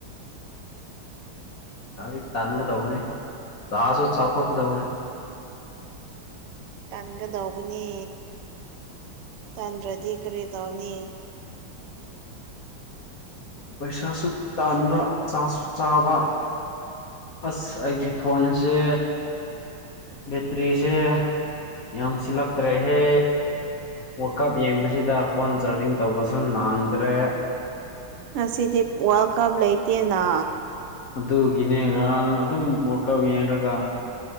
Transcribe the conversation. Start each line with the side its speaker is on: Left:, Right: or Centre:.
Left: ꯒꯥꯔꯤ ꯇꯥꯟꯒꯗꯧꯕꯅꯦ ꯆꯥꯁꯨ ꯆꯐꯣꯛꯀꯗꯧꯕꯅꯦ
Right: ꯇꯥꯟꯒꯗꯧꯕꯅꯦ ꯇꯟꯗ꯭ꯔꯗꯤ ꯀꯔꯤ ꯇꯧꯅꯤ
Left: ꯄꯩꯁꯥꯁꯨ ꯇꯥꯟꯕ ꯆꯥꯁꯨ ꯆꯥꯕ ꯑꯁ ꯑꯩꯒꯤ ꯐꯣꯟꯁꯦ ꯕꯦꯇ꯭ꯔꯤꯁꯦ ꯌꯥꯝ ꯁꯤꯜꯂꯛꯇ꯭ꯔꯦꯍꯦ ꯋꯥꯀꯞ ꯌꯦꯡꯕꯁꯤꯗ ꯐꯣꯟ ꯆꯥꯔꯖꯤꯡ ꯇꯧꯕꯁꯨ ꯅꯥꯡꯗ꯭ꯔꯦ
Right: ꯉꯁꯤꯗꯤ ꯋꯥꯔꯜ ꯀꯞ ꯂꯩꯇꯦꯅ
Left: ꯑꯗꯨꯒꯤꯅꯦ ꯉꯔꯥꯡ ꯑꯗꯨꯝ ꯋꯥꯀꯞ ꯌꯦꯡꯔꯒ